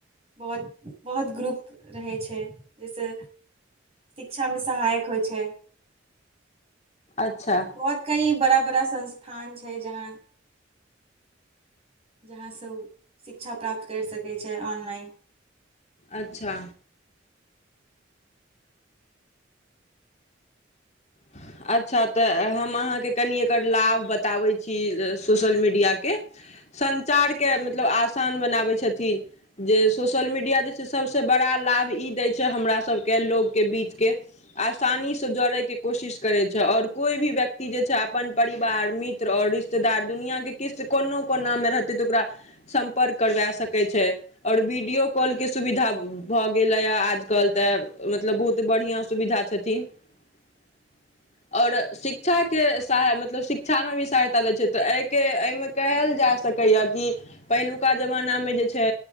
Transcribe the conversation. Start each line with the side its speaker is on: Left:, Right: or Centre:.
Right: बहुत बहुत ग्रुप रहय छै जहिसँ शिक्षामे सहायक होइ छै
Left: अच्छा
Right: बहुत कई बड़ा- बड़ा संस्थान छै जहाँ जहाँसँ ओऽ शिक्षा प्राप्त करि सकैय छै ऑनलाइन
Left: अच्छा हहहह अच्छा तऽ हम अहाँके कनि एकर लाभ बताबैत छी सोशल मीडियाके संचार के मतलब आ स आसान बनाबै छथिन जे सोशल मीडिया जे छै सबसँ बड़ा लाभ ई दै छै हमरा सबके लोकके बीचके आसानीसँ जोड़ैके कोशिश करैत छै आओर कोई भी व्यक्ति जे छै अपन परिवार मित्र आओर रिश्तेदार दुनियाँके किस्त कोनो कोना मे रहतै तऽ ओकरा सम्पर्क करबे सकैत छै आओर वीडियो कॉल के सुविधा अब भऽ गेलै आजकल तऽ मतलब बहुत बढ़ियाँ सुविधा छथिन <inaudible> ओर शिक्षाके के सहाय मतलब शिक्षा मे भी सहायता लै छै तऽ एहिके एहिमे कहल जाय सकैए कि पहिलुका जमानामे जे छै